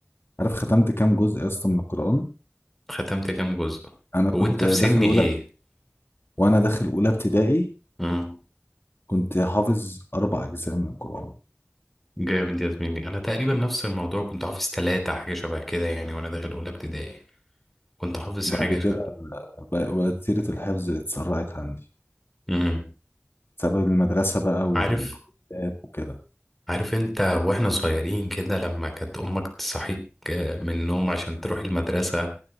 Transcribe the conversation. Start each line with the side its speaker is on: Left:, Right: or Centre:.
Left: عارف ختمت كام جزء يا اسطى من القرآن
Centre: ختمت كام جزء
Left: انا كنت
Centre: وانت
Left: داخل
Centre: في سن ايه؟
Left: اولى وانا داخل اولى ابتدائي
Centre: امم
Left: كنت حافظ اربع اجزاء من القران
Centre: جامد يا زميلي انا تقريبا نفس الموضوع كنت حافظ ثلاثة حاجة شبه كده يعني وانا داخل اولى ابتدائي كنت حافظ
Left: بعد
Centre: حاجة
Left: كده
Centre: شبه
Left: بقى- وتيرة الحفظ اتسرعت عندي
Centre: مم.
Left: بسبب المدرسة بقى والكتاب
Centre: عارف
Left: وكده
Centre: عارف انت واحنا صغيرين كده لما كانت امك تصحيك آه، من النوم عشان تروح المدرسة